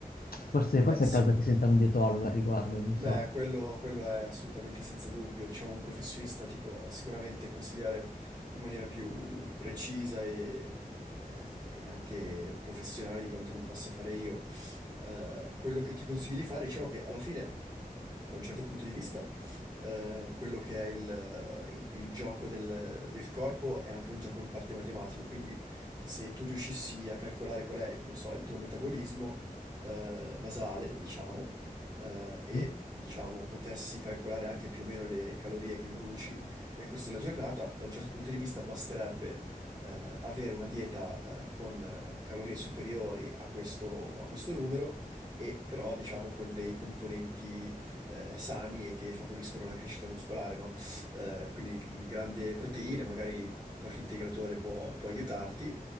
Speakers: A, on the left; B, on the right.
A: Forse, forse
B: beh, sicuramente.
A: è il caso che senta un dietologo al riguardo, non
B: Beh,
A: so.
B: quello, quello è assolutamente senza dubbio. Diciamo, un professionista ti può sicuramente consigliare in maniera più precisa e, eh, e anche professionale di quanto non possa fare io. Eh, quello che ti consiglio di fare, diciamo che alla fine, da un certo punto di vista, eh, quello che è il, il gioco del, del corpo è anche un gioco in parte matematico. Quindi, se tu riuscissi a calcolare qual è, non so, il tuo metabolismo, eh, basale, diciamo eh,
A: Mhm.
B: e diciamo potessi calcolare anche più o meno le calorie che bruci nel corso della giornata, da un certo punto di vista basterebbe eh, avere una dieta eh, con eh, calorie superiori a questo, a questo numero e però diciamo con dei componenti eh, sani e che favoriscono la crescita muscolare, no? Eh, quindi g- grande proteine, magari qualche integratore può, può aiutarti.